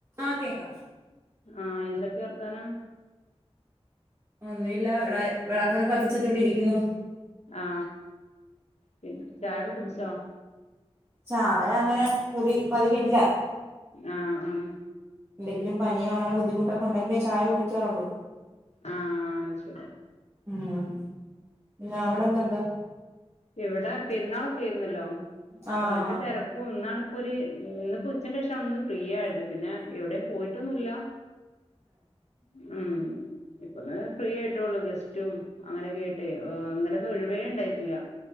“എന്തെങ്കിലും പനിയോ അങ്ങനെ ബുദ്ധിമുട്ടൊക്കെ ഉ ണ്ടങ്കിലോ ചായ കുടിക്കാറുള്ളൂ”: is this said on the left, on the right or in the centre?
Right